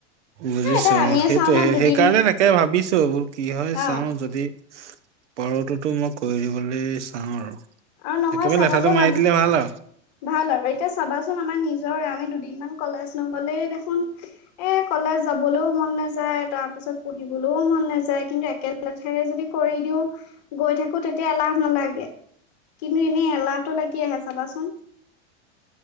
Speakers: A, on the right; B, on the left.
A: বুজিছোঁ
B: এ এতিয়া আমিয়ে
A: সেইটোৱে,
B: চাও ন দুদিন
A: সেইকাৰণে তাকে ভাবিছোঁ কি হয়
B: অ
A: চাও যদি পঢ়াটোতো মই কৰি দিবলৈ চাম আৰু
B: আৰু নহয়
A: একেবাৰে
B: চাবাচোন,
A: লেঠাটো মাৰি দিলে ভাল আৰু।
B: ভাল আৰু এতিয়া চাবাচোন আমাৰ নিজৰে, আমি দুদিন মান কলেজ নগলেই দেখোন এ কলেজ যাবলৈও মন নাযায় তাৰ পিছত পঢ়িবলৈও মন নাযায়, কিন্তু একেলেথাৰিয়ে যদি কৰি দিও, গৈ থাকোঁ তেতিয়া এলাহ নালাগে। কিন্তু এনে এলাহটো লাগি আহে চাবাচোন।